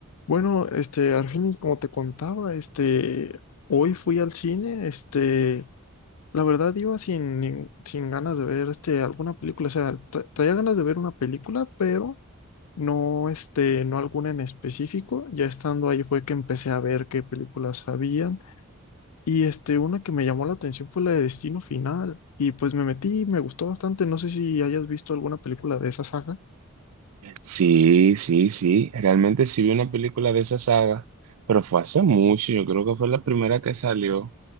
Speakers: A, on the left; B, on the right.
A: Bueno, este, Argenis, como te contaba, este, hoy fui al cine, este, la verdad iba sin, nin- sin ganas de ver, este, alguna película, o sea, tra- traía ganas de ver una película, pero no, este, no alguna en específico, ya estando ahí fue que empecé a ver qué películas habían, y este, una que me llamó la atención fue la de Destino Final, y pues me metí, me gustó bastante, no sé si hayas visto alguna película de esa saga.
B: Sí, sí, sí. Realmente sí vi una película de esa saga, pero fue hace mucho. Yo creo que fue la primera que salió.